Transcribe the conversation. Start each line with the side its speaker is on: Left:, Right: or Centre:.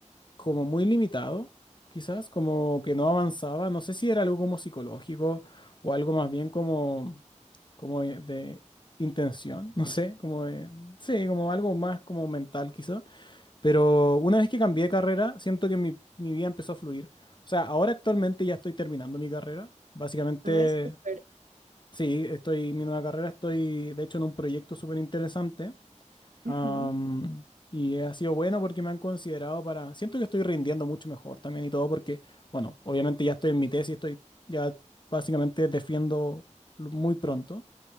Left: como muy limitado, quizás, como que no avanzaba. No sé si era algo como psicológico o algo más bien como, como de de intención, no sé, como de, sí, como algo más como mental quizás. Pero una vez que cambié de carrera, siento que mi, mi vida empezó a fluir. O sea, ahora actualmente ya estoy terminando mi carrera. Básicamente,
Right: Ay, súper.
Left: sí, estoy, mi nueva carrera, estoy de hecho en un proyecto súper interesante
Right: Ujú.
Left: Am, y ha sido bueno porque me han considerado para... Siento que estoy rindiendo mucho mejor también y todo porque, bueno, obviamente ya estoy en mi tesis, estoy ya básicamente defiendo lo- muy pronto.